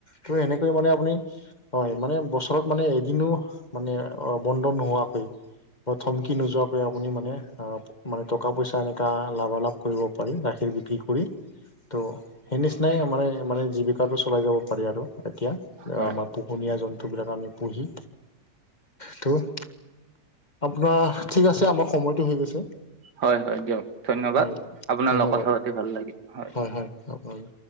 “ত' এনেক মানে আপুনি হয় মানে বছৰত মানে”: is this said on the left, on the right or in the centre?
Left